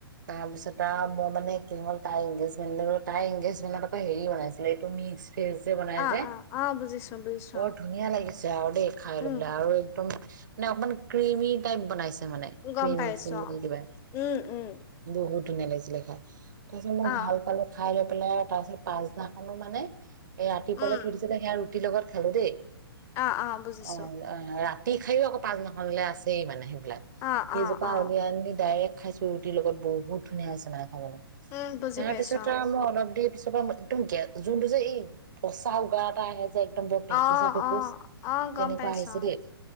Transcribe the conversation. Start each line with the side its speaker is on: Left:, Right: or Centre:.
Right: তাৰপিছত আৰু মানে কি হ'ল, তাই এনগেজমেন তাই এনগেজমেনটো হেৰি বনাইছিলে, এইটো মিশ ফেজ, যে বনাই
Left: অ
Right: যে,
Left: অ অ বুজিছো বুজিছো
Right: বৰ
Left: অ
Right: ধুনীয়া লাগিছে। যাওদে খাই
Left: উম
Right: লৈ, বোলে আৰু একদম মানে অকমান, ক্ৰিমি টাইপ বনাইছে। মানে
Left: গম
Right: ক্ৰিম-চিম
Left: পাইছো অ
Right: দি কিবা।
Left: উম উম
Right: বহুত ধুনীয়া, লাগিছিলে খাই। তাৰপিছত মই
Left: অ
Right: ভাল পালো। খাই লৈ, পেলাই আৰু তাৰ পিছত, পাছদিনাখনো মানে সেই ৰাতিপোৱালে
Left: উম
Right: থৈ দিছিলে, সেয়া ৰুটিৰ লগত খালো দে। অ-অ,
Left: অ অ বুজিছো
Right: ৰা তি খাই ও পাছদিনা খনলে আছেই মানে, সেইবিলাক
Left: অ
Right: ফ্ৰিজোৰ
Left: অ
Right: পৰা
Left: অ
Right: উলিয়াআনি ডাইৰেক্ট খাইছো ৰুটিৰ লগত। বহুত ধুনীয়া, আছে মানে।
Left: উম বুজি
Right: তাৰ
Left: পাইছো
Right: পিছত,
Left: অ
Right: মই অলপ দেৰি পিছত একদমে যোনটো, যে এই পচা উগাৰ এটা আহে যে। একদম বৰ ভেকুচা
Left: অহ,
Right: ভেকুচ
Left: অ-অ',
Right: তেনেকুৱা
Left: গম পাইছোঁ
Right: আহিছে
Left: অ',
Right: দেই।